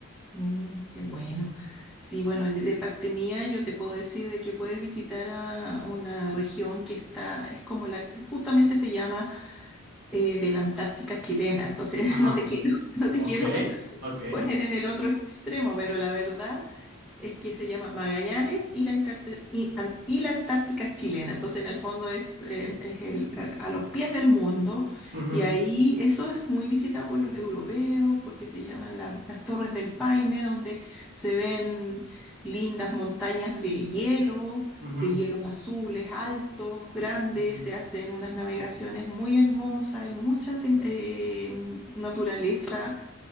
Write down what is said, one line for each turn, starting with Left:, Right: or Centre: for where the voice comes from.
Centre: mm, qué
Right: Ujú.
Centre: bueno. Sí, bueno, de de parte mía yo te puedo decir de que puedes visitar a una región que está, es como la, justamente se llama eh, de la Antártica chilena, entonces
Right: Ajá,
Centre: <laughs> no te quiero, no te
Right: ok,
Centre: quiero
Right: ok.
Centre: poner en el otro extremo, pero la verdad es que se llama Magallanes y la, Encarte- y An- y la Antártica chilena. Entonces, en el fondo es, eh, es el- al- a, los pies del mundo
Right: Ujú,
Centre: y ahí eso es muy visitado por los europeos porque se llaman la- las Torres del Paine, donde se ven lindas montañas de hielo,
Right: ujú,
Centre: de hielos azules, altos, grandes,
Right: ujú,
Centre: se hacen unas navegaciones muy hermosas, hay mucha tem- eh, naturaleza